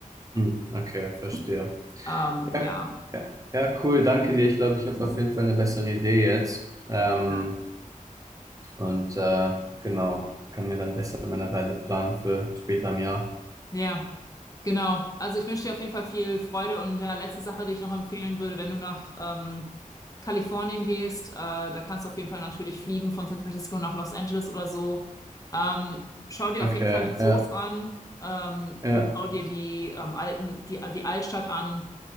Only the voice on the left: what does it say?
Ähm,
ja,
ja,
ja, genau. Also ich wünsche dir auf jeden Fall viel Freude und ja, letzte Sache, die ich noch empfehlen würde, wenn du nach ähm, Kalifornien gehst, äh, da kannst du auf jeden Fall natürlich fliegen von San Francisco nach Los Angeles oder so. Ähm, schau dir
auf jeden Fall die Zoos
an ähm,
und schau dir die ähm, alten, die, die Altstadt an.